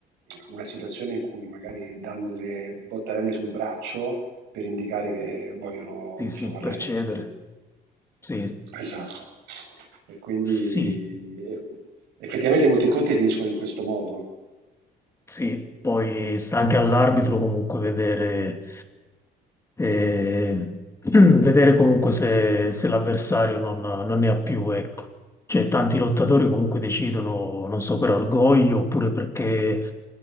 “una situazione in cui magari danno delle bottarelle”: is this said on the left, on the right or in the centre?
Right